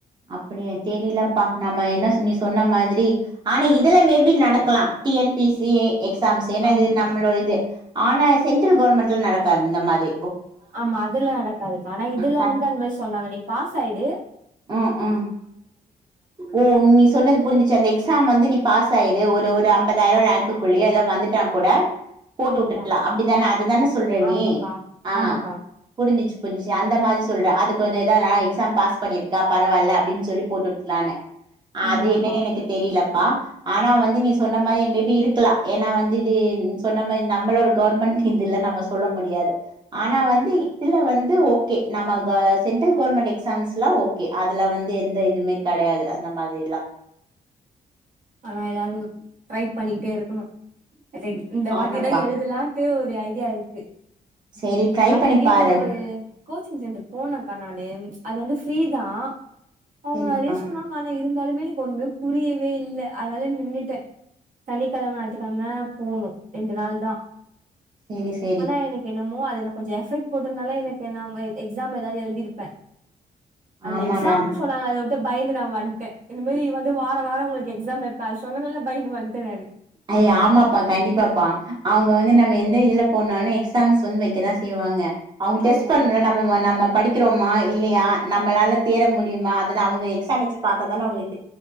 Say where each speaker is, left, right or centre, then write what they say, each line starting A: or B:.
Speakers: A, on the right; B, on the right.
A: அப்பிடியா தெரிலப்பா நம்ம என்ன சொன் நீ சொன்ன மாதிரி ஆனா இதுல மேபி நடக்கலா T N P C exams ஏனா
B: ஆமா
A: இது நம்ளோ இது ஆனா சென்ட்ரல் கவர்மெண்ட்ல நடக்காது இந்த மாரி
B: ஆமா அதுல நடக்காதுக்கா ஆனா இதுல
A: க
B: வந்து அந் மாரி சொன்னாங்க நே பாஸாயிடு
A: ம் ம் ஓ நீ சொன்னது புரிஞ்சுச்சு அந்த எக்ஸாம் வந்து நீ பாஸ் ஆயி து ஒரு ஒரு அம்பதாயிரொ ரேங்க்குக்குள்ளயே எதோ வந்துட்டா கூட போட்டு
B: ஆமா
A: வுட்டுட்லா அப்டிதான அதுதான சொல்ற
B: ஆமாக்கா
A: நீ ஆ
B: ஆமாக்கா
A: புரிஞ்சிச்சு கொஞ்ச சேந்த மாரி சொல்டா அதுக்கு வந்து எதாரா எக்ஸாம் பாஸ் பண்ணிருக் க்கா பரவால்ல அப்டின்னு சொல்லி போட்டுட்லானு
B: ஆமாக்கா
A: அது என்னன்னு எனக்கு தெரியல ப்பா ஆனா வந்து நீ சொன்ன மாரி மேபி இருக்கலா ஏன்னா வந்து இது ந் சொன்ன மாரி நம்மளோட கவர்மெண்ட் இது இல்ல நம்ம சொல்ல முடியாது. ஆனா வந்து இதுல வந் து ஓகே நம்ம க சென்ட்ரல் கவர்மெண்ட் எக்ஸாம்ஸ்ல ஓ கே அதுல வந்து எந்த இதுமே கெடையாது அந்த மாதிரி எல்லா.
B: ஆனா எதாவது ட்ரை பண்ணிட்டே இருக்கணு. அது இந்த
A: ஆமாப்பா
B: வாட்டிதா எழுதலான்ட்டு ஒரு ஐடியா இருக்கு.
A: சேரி ட்ரை
B: ஆல்ரெடி
A: பண்ணி பாரு
B: ஒரு கோச்சிங் சென்டர் போன க்கா நானு அது வந்து ஃப்ரீதா. அவங்க
A: சேரிப்பா
B: நெறைய சொன்னாங்க ஆனா இருந்தாலுமே எனக்கு ஒண்ணுமே புரியவே இல்ல. அதால நின்னுட்டே சனிக்கெழம ஞாயித்துக்கெழம போணு ரெண்டு நாள்தா
A: சேரி சேரி
B: ஆனா எனக்கு என்னமோ அது எனக்கு கொஞ்ச எஃபெக்ட் போட்ருந்தன்னா எனக்கு நா அ எக்ஸாம் ஏதாவது எழுதிருப்பே. அந்த
A: ஆமாடா
B: எக்ஸாம்ன்னு சொன்னாங்க அத விட்டு பயந்து நா வன் ட்டே இந்த மாரி வந்து வார வார உங்களுக்கு எக் ஸாம் வப்ப அது சொன்னதுனால பயிந்து வன்ட்டே நானு.
A: அயே ஆமாப்பா கண்டிப்பாப்பா அவங்க வந்து நம்ம எந்த இதுல போனாலு எக்ஸாம்ஸ் வந்து வைக்கதா செய்வாங்க. அவங்க டெஸ்ட்
B: ஆமா
A: பண்ணுல்ல நம்ம நம்ம படிக்கிறோமா இல்லையா நம்மளால தேற முடியுமா அதுல அவங்க எக்ஸாம் வச்சு பாத்தாதான அவங்களுக்